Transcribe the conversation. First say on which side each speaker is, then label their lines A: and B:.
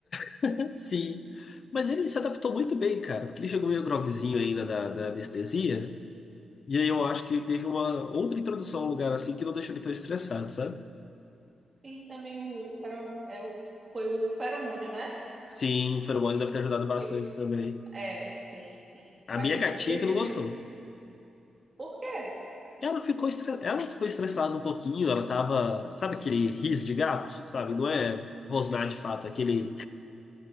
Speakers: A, on the left; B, on the right.
A: <laughs> Sim. Mas ele se adaptou muito bem, cara, porque ele chegou meio groguezinho ainda da, da anestesia. E aí eu
B: <laughs>
A: acho que ele teve uma outra introdução a um lugar assim que não deixou ele tão estressado, sabe?
B: Tem também o, o, fero- é, o- foi o feromônio, né?
A: Sim, o feromônio deve ter ajudado bastante
B: Que,
A: também.
B: é, sim, sim.
A: A
B: Mas
A: minha
B: os,
A: gatinha
B: esses.
A: que não gostou.
B: meus- Por quê?
A: Ela ficou, estre... ela ficou estressada um pouquinho, ela tava. Sabe aquele riso de gato? Sabe? Não é rosnar de fato, é aquele